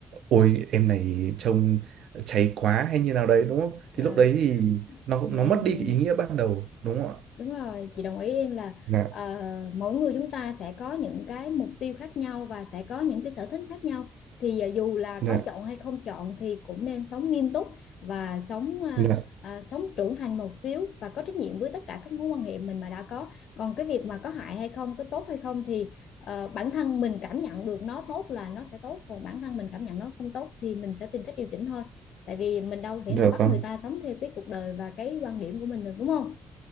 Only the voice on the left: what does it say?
ờ,
ừ.
Đúng rồi, chị đồng ý em là
ờ, mỗi người chúng ta sẽ có những cái mục tiêu khác nhau và sẽ có những cái sở thích khác nhau. Thì ờ, dù là có
chọn hay không chọn thì cũng nên sống nghiêm túc và sống ờ,
ờ, sống trưởng thành một xíu và có trách nhiệm với tất cả các mối quan hệ mình mà đã có. Còn cái việc mà có hại hay không, có tốt hay không thì ờ, bản thân mình cảm nhận được nó tốt là nó sẽ tốt, còn bản thân mình cảm nhận nó không tốt thì mình sẽ tìm cách điều chỉnh thôi. Tại vì mình đâu thể
nào bắt
người ta sống theo cái cuộc đời và cái quan điểm của mình được đúng không?